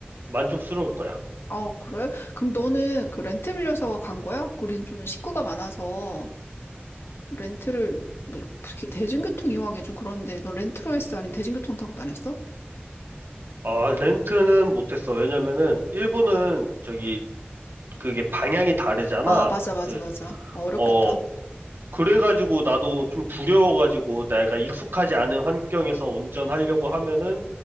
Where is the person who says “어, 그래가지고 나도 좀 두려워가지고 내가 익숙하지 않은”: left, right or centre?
Right